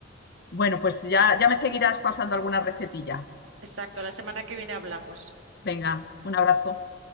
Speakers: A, on the left (about 55°); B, on the right (about 75°).
A: Bueno, pues ya, ya me seguirás pasando alguna recetilla.
B: Exacto, la semana que viene hablamos.
A: Venga, un abrazo.